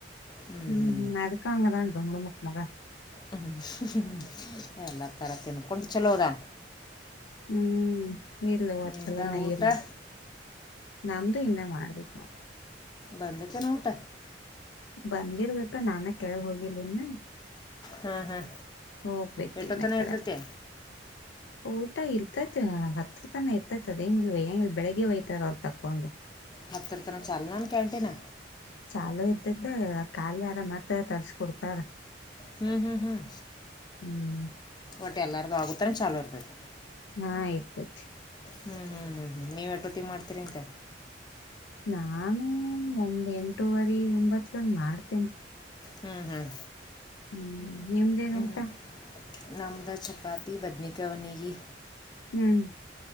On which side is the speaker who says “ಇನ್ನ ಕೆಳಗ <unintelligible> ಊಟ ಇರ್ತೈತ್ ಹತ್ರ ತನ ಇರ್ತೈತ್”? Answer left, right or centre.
Left